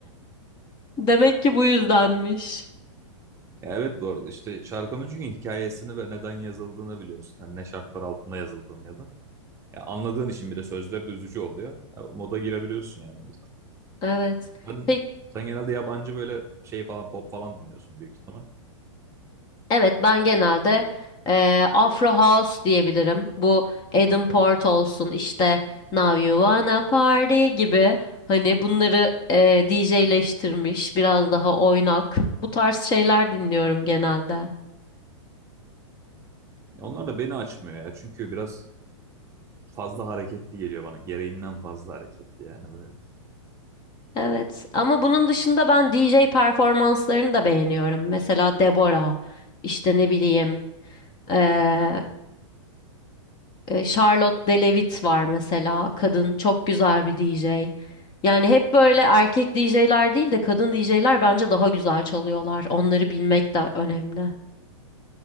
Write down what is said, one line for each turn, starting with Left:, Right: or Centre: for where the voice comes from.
Left: Demek ki bu yüzdenmiş.
Right: Ya Evet bu arada işte şarkının çünkü hikayesini ve neden yazıldığını biliyorsun. Yani ne şartlar altında yazıldığını ya da. Ya anladığın için bir de sözleri de üzücü oluyor. Ya moda girebiliyorsun yani o yüzden.
Left: Evet.
Right: Sen,
Left: Peki
Right: sen genelde yabancı böyle şey falan pop falan dinliyorsun büyük ihtimal.
Left: Evet ben genelde eee, Afro House diyebilirim. Bu Adam Port olsun işte Now You Wanna Party gibi hani bunları eee DJ'leştirmiş biraz daha oynak bu tarz şeyler dinliyorum genelde.
Right: Onlar da beni açmıyor ya. Çünkü biraz fazla hareketli geliyor bana. Gereğinden fazla hareketli yani böyle.
Left: Evet ama bunun dışında ben DJ performanslarını da beğeniyorum. Mesela Deborah işte ne bileyim eee, E, Charlotte DeLwitt var mesela. Kadın çok güzel bir DJ. Yani hep böyle erkek DJ'ler değil de kadın DJ'ler bence daha güzel çalıyorlar. Onları bilmek de önemli.